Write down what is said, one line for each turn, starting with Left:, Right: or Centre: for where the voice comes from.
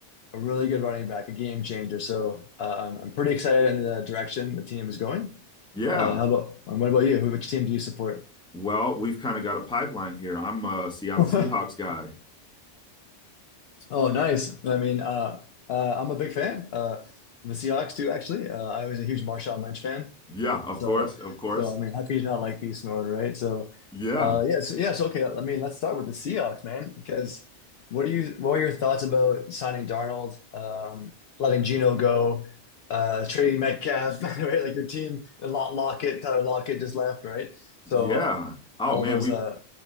Left: a really good running back, a game changer. So um, I'm pretty excited in the direction the team is going.
Centre: yeah.
Left: Uh, how about what about you? Who- Which team do you support?
Centre: Well, we've kind of got a pipeline here. I'm a Seattle
Left: <laughs>
Centre: Seahawks guy.
Left: Oh, nice. I mean, uh, uh, I'm a big fan uh, of the Seahawks too, actually. Uh, I was a huge Marshawn Lynch fan.
Centre: Yeah, of
Left: So,
Centre: course, of course.
Left: so I mean, how could you not like beast mode, right? So,
Centre: Yeah,
Left: uh, yeah, so, yeah, so okay. I mean, let's start with the Seahawks, man, because what do you, what were your thoughts about signing Darnold, um, letting Geno go, uh, trading Metcalf, <laughs> right? Like your team, Lock Lockett, Tyler Lockett just left, right? So
Centre: yeah.
Left: uh,
Centre: Oh
Left: all
Centre: man,
Left: those,
Centre: we
Left: uh,